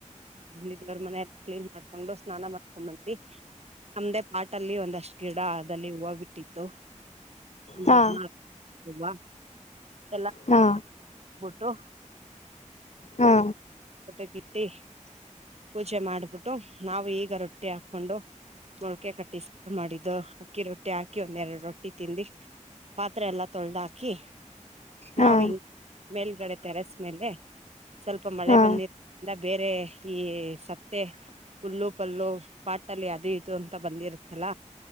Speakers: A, on the right (about 55°); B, on the left (about 60°).
A: ದೇವರ ಮನ ಕ್ಲೀನ್ ಮಾಡ್ಕೊಂಡು ಸ್ನಾನ ಮಾಡ್ಕೊಂಡ್ ಬಂದಿ ನಮ್ದೇ ಪಾಟಲ್ಲಿ ಒಂದಷ್ಟ್ ಗಿಡ ಅದಲ್ಲಿ ಹೂವು ಬಿಟ್ಟಿತ್ತು. ಒಂದಾ
B: ಹಾ
A: ತುಂಬ ಎಲ್ಲಬಟ್ಟು.
B: ಹಾ ಹಾ
A: ಟಕ್ಕಿಟ್ಟಿ ಪೂಜೆ ಮಾಡ್ಬಿಟ್ಟು ನಾವು ಈಗ ರೊಟ್ಟಿ ಹಾಕೊಂಡು ಮೊಳಕೆ ಕಟ್ಟಿ ಮಾಡಿದ್ದು ಅಕ್ಕಿ ರೊಟ್ಟಿ ಹಾಕಿ ಒಂದೆರಡು ರೊಟ್ಟಿ ತಿಿಂದಿ ಪಾತ್ರೆ ಎಲ್ಲ ತೊಳೆ್ದ ಹಾಕಿ
B: ಹಾ
A: ನಾವು ಮೇಲ್ಗಡೆ ತೆರೆಸ್ಮೇಲೆ ಸ್ವಲ್ಪ ಮಳೆ.
B: ಹಾ
A: ಬಂದಿರಿಂದ ಬೇರೆ ಈ ಸತ್ತೆ ಹುಲ್ಲು ಪಲ್ಲು ಪಾಟಲ್ಲಿ ಅದು ಇದು ಅಂತ ಬಂದಿರುತ್ತಲ್ಲ.